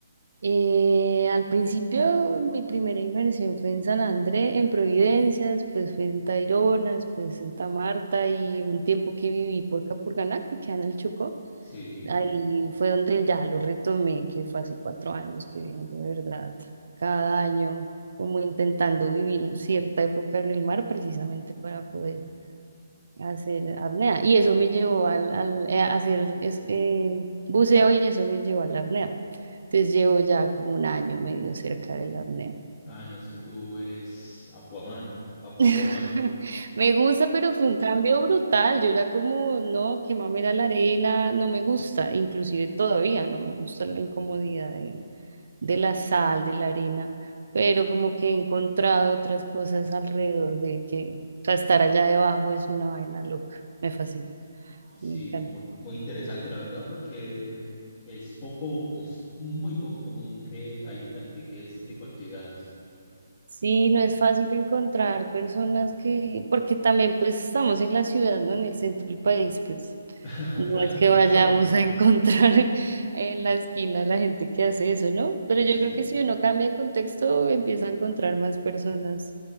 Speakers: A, on the right; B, on the left.
A: Eh, al principio mi primera inversión fue en San Andrés, en Providencia, después fue en Tayrona, después en Santa Marta y un tiempo que viví por Capurganá, que queda en el Chocó.
B: Sí.
A: Ahí fue donde ya lo retomé, que fue hace cuatro años que vengo, de verdad, cada año como intentando vivir un- cierta época en el mar precisamente para poder hacer apnea. Y eso me llevó al, al- eh, a hacer es- eh, buceo y eso me llevó a la apnea. Entonces
B: S-
A: llevo ya como un año medio cerca de la apnea.
B: Ah, no, es que tú eres Aquaman, Aquawoman.
A: <laughs> Me gusta, pero fue un cambio brutal. Yo era como, no, que mamera la arena, no me gusta, inclusive todavía no me gusta la incomodidad de, de la sal, de la arena, pero como que he encontrado otras cosas alrededor de que, o sea, estar allá debajo es una vaina loca, me fascina,
B: Sí,
A: me encanta.
B: muy, muy interesante, la verdad, porque es poco, es muy poco común que alguien practique este tipo de actividades.
A: Sí, no es fácil encontrar personas que, porque también pues estamos en la ciudad, ¿no? En el centro del país, pues
B: <laughs>
A: no
B: Claro,
A: es que vayamos
B: peor.
A: a encontrar <laughs> en la esquina la gente que hace eso, ¿no? Pero
B: Sí,
A: yo creo que si uno cambia de contexto, empieza a encontrar más personas